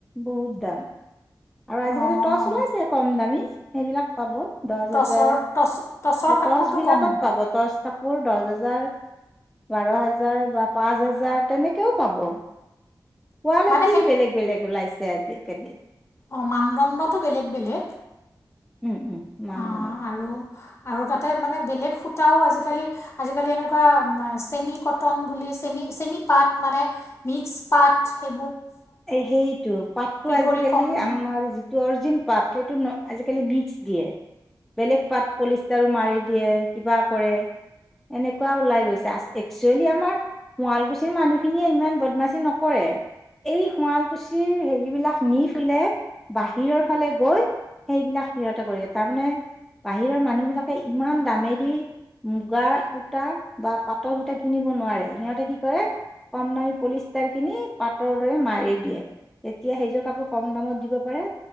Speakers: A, in the centre; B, on the left (about 35°).
A: বহুত দাম। আৰু আজিকালি
B: অঁ
A: টৰ্চ ওলাইছে কম দামী, সেইবিলাক পাব। দহ
B: টচৰ
A: হেজাৰ, অ,
B: টচ টচৰ কাপোৰটো
A: টৰ্চবিলাকত
B: কম
A: পাব, টৰ্চ কাপোৰ দহ হেজাৰ বাৰ হাজাৰ বা পাঁচ হাজাৰ তেনেকেও পাব। কোৱালিটি
B: মানে
A: বেলেগ বেলেগ ওলাইছে আজিকালি।
B: অ, মানদণ্ডটো বেলেগ বেলেগ।
A: উম উম মান
B: অ'
A: বনাটো
B: আৰু আৰু তাতে মানে বেলেগ সূতাও আজিকালি আজিকালি এনেকুৱা চেমি কটন বুলি চেমি চেমি পাত মানে, মিক্স পাত সে
A: এ, সেইটো পাতটো আজিকালি
B: কৰি কম
A: আমাৰ যিটো অৰিজিন পাত- সেইটো আজিকালি বি্স দিয়ে, বেলেগ পাত পলিষ্টাৰো মাৰি দিয়ে, কিবা কৰে। এনেকুৱা ওলাই গৈছে, একচুৱেলি আমাৰ শুৱালকুছিৰ মানুহখিনিয়ে ইমান বদমাচি নকৰে এই শুৱালকুছিৰ হেৰিবলাক নি পলে, বাহিৰৰ ফালে গৈ সেইবিলাক সিহঁতে কৰিলে তাৰমানে বাহিৰৰ মানুহ বিলাকে ইমান দামেদি মুগাৰ সূতা বা পাতৰ সূতা কিনিব নোৱাৰে সিহঁতে কি কৰে কম দামী পলিচতাৰ কিনি পাটৰ দৰে মাৰ দিয়ে, তেতিয়া সেইযোৰ কাপোৰ কম দামত দিব পাৰে